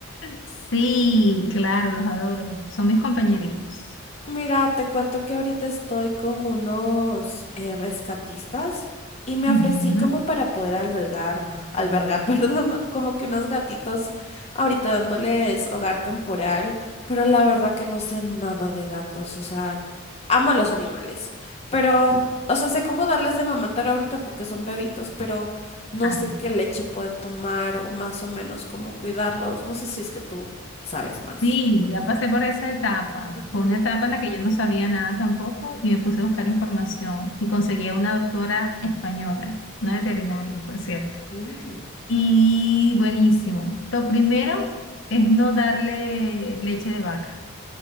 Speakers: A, on the left; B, on the left.
A: sí, claro, los adoro. Son mis compañeritos.
B: Mira, te cuento que ahorita estoy con unos eh, rescatistas y me
A: Ujú.
B: ofrecí como para poder albergar, albergar, <laughs> perdón, como que unos gatitos ahorita dándoles hogar temporal, pero la verdad que no sé nada de gatos, o sea, amo a los animales, pero, o sea, sé cómo darles de mamatar ahorita porque son bebitos, pero no
A: Claro.
B: sé qué leche pueden tomar o más o menos cómo cuidarlos, no sé si es que tú sabes más.
A: Sí, ya pasé por esa etapa.
B: Ujú.
A: Fue una etapa en la que yo no sabía nada tampoco y me puse a buscar información y conseguí a una doctora española, una veterinaria, por cierto.
B: Uh.
A: Y buenísimo. Lo primero es no darle leche de vaca,